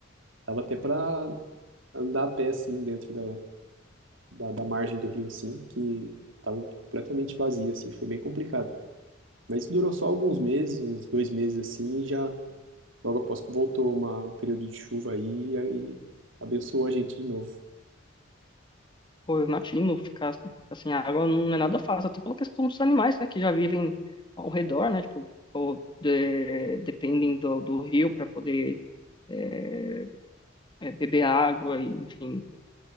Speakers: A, on the right; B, on the left.
A: Tava até para andar a pé, assim, dentro da, da, da margem do rio, assim, que tava completamente vazia, assim, foi bem complicado. Mas durou só alguns meses, uns dois meses, assim, e já logo após que voltou uma, um período de chuva aí, e aí abençoou a gente de novo.
B: Pô, eu imagino ficar assim, a água não é nada fácil, até pela questão dos animais, né, que já vivem ao redor, né, tipo, ou de- dependem do, do rio para poder é, é, beber água e, enfim,